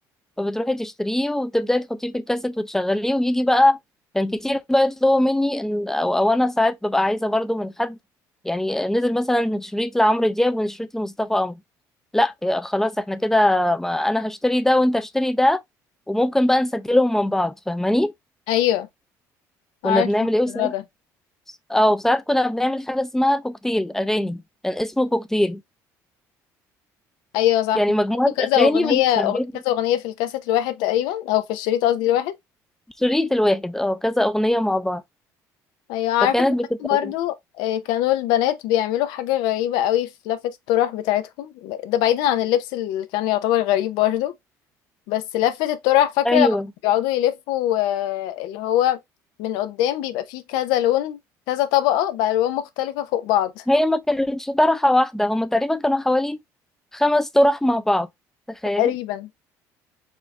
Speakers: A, in the centre; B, on the left.
A: فبتروحي تشتريه وتبداي تحطيه في الكاسيت وتشغليه ويجي بقى كان كتير بقى يطلبوا مني ان او, أو انا ساعات ببقى عايزه برضو من حد يعني نزل مثلا شريط لعمرو دياب وشريط لمصطفى قمر لا يا خلاص احنا كده ما- انا هشتري ده وانت اشتري ده وممكن بقى نسجلهم من بعض فاهماني
B: أيوة
A: كنا
B: عارفة
A: بنعمل ايه وساعات
B: الموضوع ده
A: اه وساعات كنا بنعمل حاجه اسمها كوكتيل اغاني كان اسمه كوكتيل
B: ايوه صح
A: يعني
B: بيحطوا
A: مجموعه
B: كذا
A: اغاني
B: اغنية
A: بنسجلها
B: أغ... كذا اغنية في الكاسيت الواحد تقريبا او في الشريط قصدي الواحد
A: في الشريط الواحد اه كذا اغنيه مع بعض
B: ايوه عارفة
A: فكانت
B: زمان
A: بتبقى
B: برضو آه، كانوا البنات بيعملوا حاجة غريبة قوي في لفة الطرح بتاعتهم ده بعيدا عن اللبس اللي كان يعتبر غريب برضو بس لفة الطرح فاكرة
A: ايوه
B: لما كانوا بيقعدوا يلفوا آه، اللي هو من قدام بيبقى فيه كذا لون كذا طبقة بألوان مختلفة فوق بعض
A: هي ما كانتش طرحة واحدة هما تقريبا كانوا حوالي خمس طرح مع بعض تخيلي
B: تقريبا